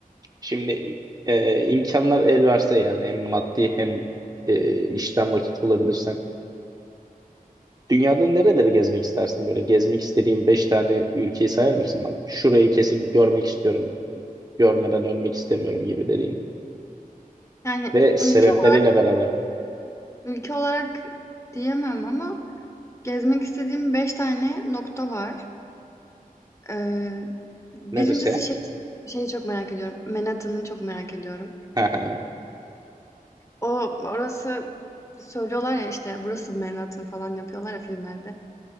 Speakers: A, on the right; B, on the left.
A: Şimdi e, imkanlar el verse yani hem maddi hem e, işten vakit bulabilirsen. Dünyada nereleri gezmek istersin böyle? Gezmek istediğin 5 tane ülkeyi sayar mısın bana? Şurayı kesin görmek istiyorum. Görmeden ölmek istemiyorum gibi dediğin.
B: Yani
A: Ve sebepleriyle
B: ülke ola
A: beraber.
B: ülke olarak diyemem ama gezmek istediğim 5 tane nokta var. Eee, birincisi
A: Neresi?
B: şey şeyi çok merak ediyorum. Manhattan'ı çok merak ediyorum.
A: Haha.
B: O orası söylüyorlar ya, işte, "Burası Manhattan." falan yapıyorlar ya filmlerde.